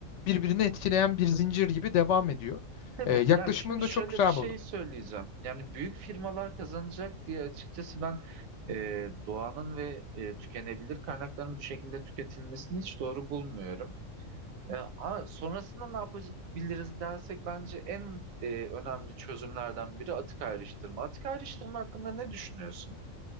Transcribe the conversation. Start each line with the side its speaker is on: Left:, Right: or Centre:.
Left: birbirini etkileyen bir zincir gibi
Right: ben.
Left: devam ediyor.
Right: Tabii.
Left: Ee, yaklaşımını
Right: Ya şimdi
Left: da
Right: şöyle
Left: çok güzel
Right: bir şey
Left: buldum.
Right: söyleyeceğim. Yani büyük firmalar kazanacak diye açıkçası ben e, doğanın ve e, tükenebilir kaynakların bu şekilde tüketilmesini hiç doğru bulmuyorum. E, a, sonrasında ne yapabiliriz dersek bence en e, önemli çözümlerden biri atık ayrıştırma. Atık ayrıştırma hakkında ne düşünüyorsun?